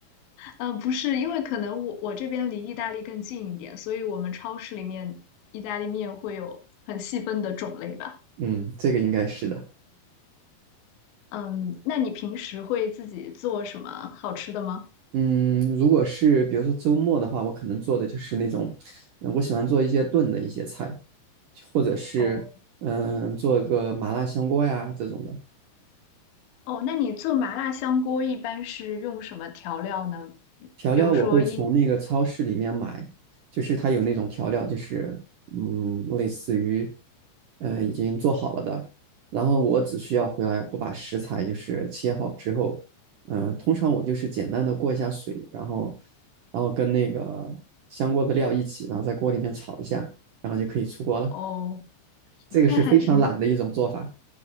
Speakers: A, on the left; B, on the right.
A: 嗯，不是，因为可能我我这边离意大利更近一点，所以我们超市里面意大利面会有很细分的种类吧。
B: 嗯，这个应该是的。
A: 嗯，那你平时会自己做什么好吃的吗？
B: 嗯，如果是比如说周末的话，我可能做的就是那种，呃我喜欢做一些炖的一些菜，或者是嗯做个麻辣香锅呀这种的。
A: 哦哦，那你做麻辣香锅一般是用什么调料呢？
B: 调料我会从那个超市里面买，
A: 比如说一，
B: 就是它有那种调料，就是嗯，类似于呃已经做好了的，然后我只需要回来我把食材就是切好之后，嗯、通常我就是简单的过一下水，然后然后跟那个香锅的料一起，然后在锅里面炒一下，然后就可以出锅了。
A: 哦，
B: 这个是非常懒的一种做法，
A: 那还挺